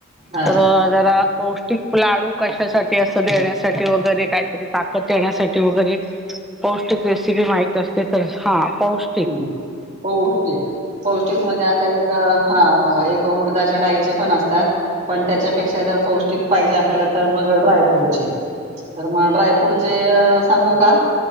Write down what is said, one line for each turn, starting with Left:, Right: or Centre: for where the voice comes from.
Right: हा
Centre: तर जरा, पौष्टिक लाडू कशासाठी असं देण्यासाठी वगैरे काहीतरी ताकद येण्यासाठी वगैरे. पौष्टिक रेसिपी माहीत असती तर हा पौष्टिक
Right: हम्म पौष्टिक पौष्टिक मध्ये आता एक. हा हा एक उडदाच्या डाळीचे पण असतात पण त्याच्यापेक्षा जर पौष्टिक. पाहिजे आपल्याला तर मग ड्राय फ्रूडचे तर मग ड्राय फ्रूडचे अ सांगू का.